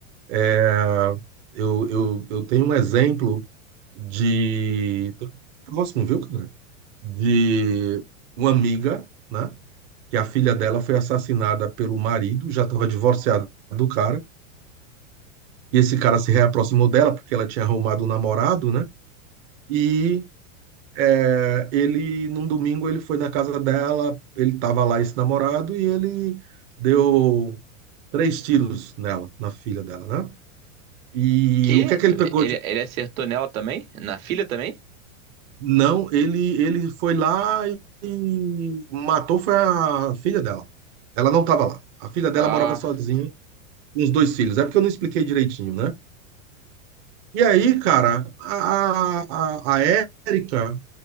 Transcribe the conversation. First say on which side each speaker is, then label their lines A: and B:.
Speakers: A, on the right; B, on the right.
A: É, eu, eu, eu tenho um exemplo de. Próximo, viu, cara? De uma amiga, né? Que a filha dela foi assassinada pelo marido, já estava divorciada do cara. E esse cara se reaproximou dela porque ela tinha arrumado um namorado, né? E é, ele, num domingo, ele foi na casa dela, ele estava lá, esse namorado, e ele deu três tiros nela, na filha dela, né? E
B: Que?
A: o que é que ele pegou
B: Ele, ele acertou nela também? Na filha também?
A: Não, ele, ele foi lá e matou foi a filha dela. Ela não estava lá. A filha dela
B: Ah,
A: morava sozinha com os dois filhos. É porque eu não expliquei direitinho, né? E aí, cara, a, a, a a Érica,